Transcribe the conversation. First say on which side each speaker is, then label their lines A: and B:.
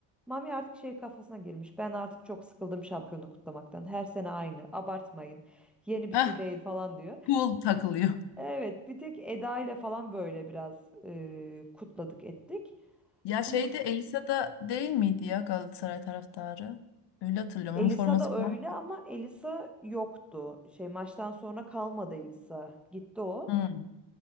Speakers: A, in the centre; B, on the left.
A: Mami artık şey kafasına girmiş. Ben artık çok sıkıldım şampiyonluk kutlamaktan. Her sene aynı, abartmayın. Yeni bir
B: Heh,
A: şey değil falan diyor.
B: pul takılıyor.
A: Evet, bir tek Eda ile falan böyle biraz e, kutladık ettik.
B: Ya
A: Onun-
B: şeyde Elisa da değil miydi ya Galatasaray taraftarı? Öyle hatırlıyorum.
A: Elisa
B: Onun forması
A: da öyle
B: falan.
A: ama Elisa yoktu. Şey maçtan sonra kalmadı Elisa. Gitti o.
B: Hmm.